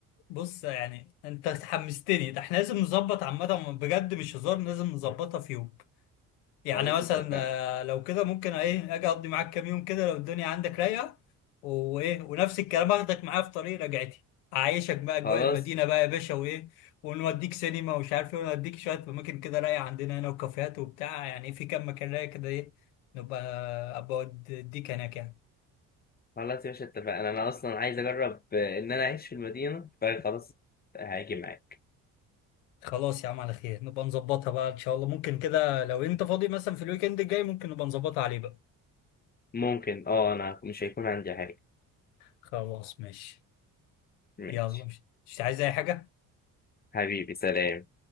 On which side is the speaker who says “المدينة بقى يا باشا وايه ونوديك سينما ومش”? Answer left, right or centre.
Left